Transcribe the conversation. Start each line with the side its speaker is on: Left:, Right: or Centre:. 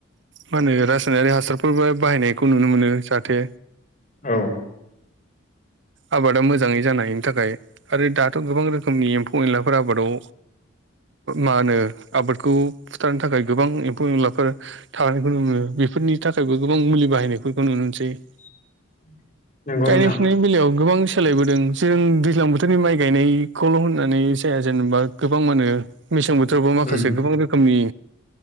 Right: होनो रासायनारि हासारफोरबो बाहायनायखौ नुनो मोनो जाहाथे
Left: औ ।
Right: आबादा मोजाङै जानायनि थाखाय आरो दाथ' गोबां रोखोमनि एम्फौ एनलाफोर आबादाव मा होनो आबादखौ फुथारनो थाखाय गोबां लाफोर थनायखौ नुो बेफोरनि थाखायबो गोबां मुलि बाहायनायफोरखौ नुनो मोनसै ।
Left: <inaudible> नंगौ
Right: गायनाय
Left: नोंथां
Right: फुनायनि बेलायाव गोबां सोलायबोदों जों दैज्लां बोथोरनि माइ गायनायखौल' होननानै जाया जेनेबा गोबां माहोनो मेसें बोथोरावबो माखासे
Left: उम,
Right: गोबां रोखोमनि